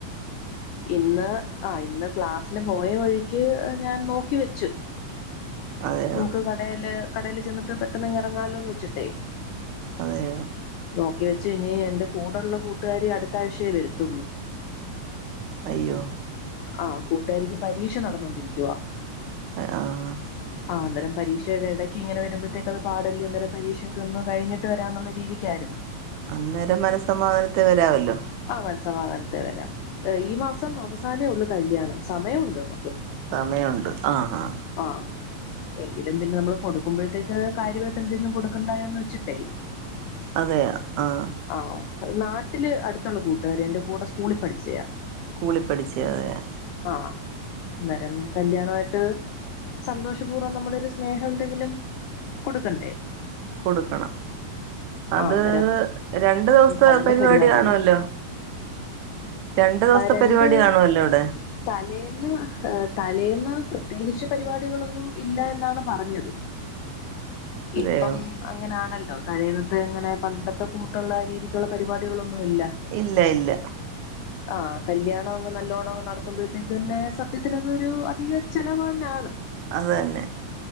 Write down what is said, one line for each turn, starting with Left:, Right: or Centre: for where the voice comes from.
Left: ഇന്ന് ആഹ് ഇന്ന് ക്ലാസിന് പോയ വഴിക്ക് ഞാൻ നോക്കി വെച്ചു.
Right: അതെയോ
Left: നമുക്ക് കടേല് കടേല് ചെന്നിട്ട് പെട്ടെന്ന് ഇങ്ങ് ഇറങ്ങാലോന്ന് വെച്ചിട്ടേ-
Right: അതെയോ?
Left: നോക്കി വെച്ചു ഇനി എന്റെ കൂടെള്ള കൂട്ടുകാരി അടുത്താഴ്ചയേ വരുത്തുള്ളൂ.
Right: അയ്യോ-
Left: ആഹ് കൂട്ടുകാരിക്ക് പരീക്ഷ നടന്നോണ്ടിരിക്കുവ.
Right: ആഹ്-
Left: ആഹ് അന്നേരം പരീക്ഷേടെ എടയ്ക്ക് ഇങ്ങനെ വരുമ്പഴെത്തേക്ക് അത് പാടല്ലേ അന്നേരം പരീക്ഷക്കെ ഒന്ന് കഴിഞ്ഞിട്ട് വരാന്നുള്ള രീതിക്കായിരുന്നു.
Right: അന്നേരം മനസ്സമാധാനത്ത് വരാവല്ലോ?
Left: ആഹ് മനസമാധാനത്തെ വരാം ഈ മാസം അവസാനേ ഒള്ളൂ കല്യാണം സമയൊണ്ട് നമുക്ക്-
Right: സമയുണ്ട് ആഹ് ആഹ് -
Left: ആഹ് എങ്കിലും പിന്നെ നമ്മള് കൊടുക്കുമ്പോഴത്തേക്ക് കാര്യമായിട്ട് എന്തേലും കൊടുക്കണ്ടായോ എന്ന് വെച്ചിട്ടേ-
Right: അതെയോ ആഹ്?
Left: ആണോ നാട്ടില് അടുത്തുള്ള കൂട്ടുകാരിയ എന്റെ കൂടെ സ്കൂളിൽ പഠിച്ചയാ-
Right: സ്കൂളിൽ പഠിച്ചതെ-
Left: ആഹ് അന്നേരം കല്യാണമായിട്ട്, സന്തോഷപൂർവം നമ്മുടെ ഒരു സ്നേഹം എന്തെങ്കിലും കൊടുക്കണ്ടേ
Right: കൊടുക്കണം. അത്
Left: ആഹ് അന്നേരം
Right: രണ്ടു ദിവസത്തെ
Left: അതിന്റെ
Right: പരിപാടിയാണല്ലോ
Left: പരിപാടികള്
Right: രണ്ടു ദിവസത്തെ
Left: രണ്ട്
Right: പരിപാടി കാണുവല്ലോ അവിടെ
Left: തലേന്ന്, തലേന്ന് പ്രത്യേകിച്ച് പരിപാടികളൊന്നും ഇല്ല എന്നാണ് പറഞ്ഞത്.
Right: അതെയോ
Left: ഇപ്പം അങ്ങനെയാണല്ലോ, തലേന്നത്തെ ഇങ്ങനെ പണ്ടത്തെ കൂട്ട് ട്ടുള്ള രീതിക്കുള്ള പരിപാടികളൊന്നുമില്ല
Right: ഇല്ല ഇല്ല
Left: <inaudible> ആഹ് കല്യാണം അങ്ങ് നല്ലോണ്ണം അങ് നടത്തുമ്പോഴത്തേക്ക്ന്നെ സത്യത്തിൽ അതൊരു അധിക ചെലവന്നാണ്.
Right: അതു തന്നെ